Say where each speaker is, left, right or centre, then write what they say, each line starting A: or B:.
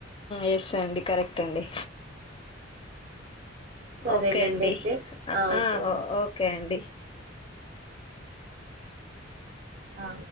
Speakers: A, on the left; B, on the right.
A: ఎస్ అండి కరెక్ట్ అండి
B: సరేలేండి
A: ఓకే అండి
B: అయితే
A: ఆ
B: ఓకే అండి
A: ఓకే అండి
B: ఆ